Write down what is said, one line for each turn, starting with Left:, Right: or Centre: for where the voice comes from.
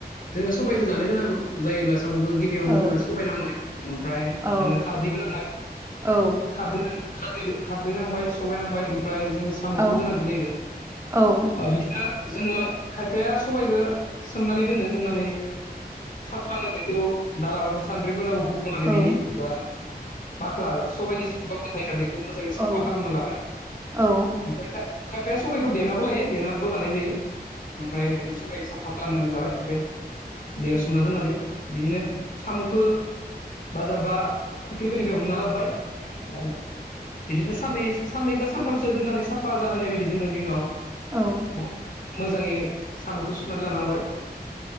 Left: जोङो सबायजो जानो गोनां जायोब्लासो सामुखौ गिबियावनो
Right: औ
Left: जोङो सबाय नांबाय ओमफ्राय
Right: औ
Left: जोंनो खारदैबो नांबाय
Right: औ
Left: खारदै-खारदै-खारदै नांबाय सबाय नांबाय ओमफ्राय ओमफ्राय जोंङो सामुखौबो
Right: औ
Left: गोनांथि जाहैबाय
Right: औ
Left: ओ‌बिदिनो जोङो खायफाया सबायखो सोमनानै दोनो दोननानै साफानो बेखौ दालाबा सान्द्रिफोराव हु खनानै
Right: औ
Left: बिनि जा बाख्ला सबायनि जिथु बाख्ला थायो बेखौ मोजाङै साफा
Right: औ
Left: खालामना लाबाय
Right: औ
Left: ओमफ्राय खायफाया सबायखौ देेनाबो लायो देेनाबो बानाय जायो ओमफ्राय बे सबाय सा फा खालामनानै लाबाय ओमफ्राय दैयाव सोमना दोननानै बिदिनो सामुखौ बाजार बा फुख्रिफोरनि बे हमना लाबोबाय बिदिनो साननै साननै बा सानथामसो दोननानै साफा जाहोनाय बायदि दोननायनि उनाव
Right: औ।
Left: ब- मोजाङै सामुखौ सुनानै लानांबाय